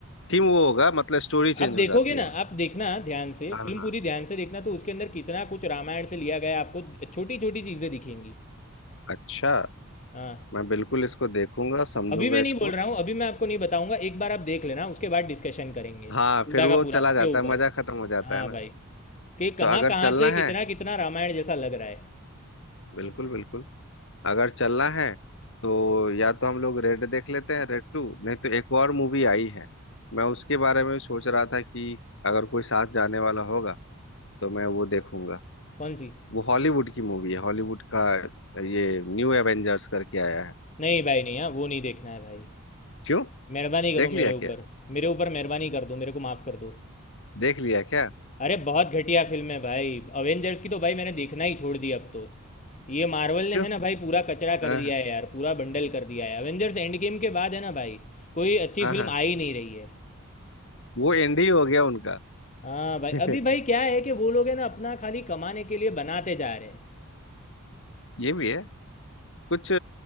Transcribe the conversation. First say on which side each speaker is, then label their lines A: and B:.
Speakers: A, on the left; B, on the left.
A: थीम वो होगा मतलब स्टोरी चेंज
B: आप देखोगे
A: हो जाती
B: ना
A: होगी
B: आप देखना ध्यान से
A: हाँ
B: फिल्म
A: हाँ
B: पूरी ध्यान से देखना तो उसके अंदर कितना कुछ रामायण से लिया गया है आपको छोटी छोटी चीज़ें दिखेंगी
A: अच्छा
B: हाँ
A: मैं बिल्कुल इसको देखूंगा समझूंगा
B: अभी मैं नहीं
A: इसको
B: बोल रहा हूँ अभी मैं आपको नहीं बताऊंगा एक बार आप देख लेना उसके बाद डिस्कशन करेंगे
A: हाँ
B: पूरा
A: फिर वो
B: का पूरा
A: चला
B: उसके
A: जाता
B: ऊपर
A: है मजा खत्म हो जाता
B: हाँ
A: है ना
B: भाई कि
A: तो
B: कहाँ
A: अगर
B: कहाँ
A: चलना
B: से
A: है
B: कितना कितना रामायण जैसा लग रहा है
A: बिल्कुल बिल्कुल अगर चलना
B: हाँ भाई
A: है तो या तो हम लोग रेड देख लेते हैं रेड टू नहीं तो एक और मूवी आई है मैं उसके बारे में सोच रहा था कि अगर कोई साथ जाने वाला होगा तो मैं वो देखूंगा
B: कौन सी
A: वो हॉलीवुड की मूवी है हॉलीवुड का ये न्यू एवेंजर्स करके आया है
B: नहीं भाई नहीं हाँ वो नहीं देखना है भाई
A: क्यों
B: मेहरबानी करो
A: देख लिया
B: मेरे
A: क्या
B: ऊपर मेरे ऊपर मेहरबानी कर दो मेरे को माफ़ कर दो
A: देख लिया क्या
B: अरे बहुत घटिया फिल्म है भाई अवेंजर्स की तो भाई मैंने देखना ही छोड़ दिया अब तो ये मार्वल ने
A: क्यों
B: है ना भाई पूरा कचरा
A: हाँ
B: कर दिया
A: हाँ
B: है यार पूरा बंडल कर दिया है अवेंजर्स एंड गेम के बाद है ना भाई कोई अच्छी
A: हाँ
B: फिल्म
A: हाँ।
B: आ ही नहीं रही है
A: वो एंड ही हो गया उनका
B: हाँ भाई
A: <laughs>
B: अभी भाई क्या है कि वो लोग है ना अपना खाली कमाने के लिए बनाते जा रहे हैं
A: ये भी है कुछ